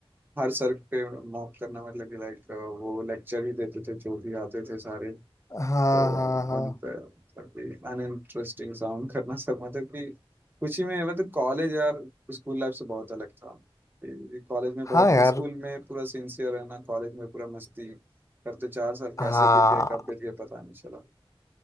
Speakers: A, on the right (about 20°); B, on the left (about 30°).
A: हर सर पे मॉक करना मतलब कि लाइक वो लेक्चर ही देते थे जो भी आते थे सारे
B: हाँ
A: तो
B: हाँ हाँ
A: उन पे मतलब अनइंटरेस्टिंग साउंड <laughs> करना सब मतलब कि कुछ ही में मतलब कॉलेज यार स्कूल लाइफ से बहुत अलग था कॉलेज में बहुत
B: हाँ यार
A: स्कूल में पूरा सिंसियर रहना कॉलेज में पूरा मस्ती करते चार साल
B: हाँ
A: कैसे बीत गए कब बीत गए पता नहीं चला